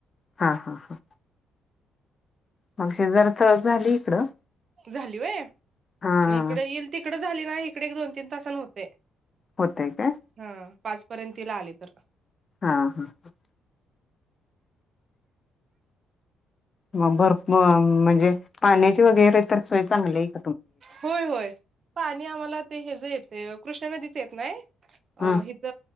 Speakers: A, on the left; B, on the right.
A: हा हा हा मगशी जरा चळत झाली इकडं
B: झालीय व्हय
A: हा
B: मग इकडे येईल तिकडे झाली ना इकडे दोन तीन तासान होतीय.
A: होतय काय
B: हा पाचपर्यंत तिला आली तर
A: हा हा ह. मग भरपूर म्हणजे पाण्याचे वगैरे तर सोय चांगली आहे की.
B: होय होय पाणी आम्हाला ते हे च येते कृष्ण नदीचे येत नाही. अ
A: हा
B: हिथ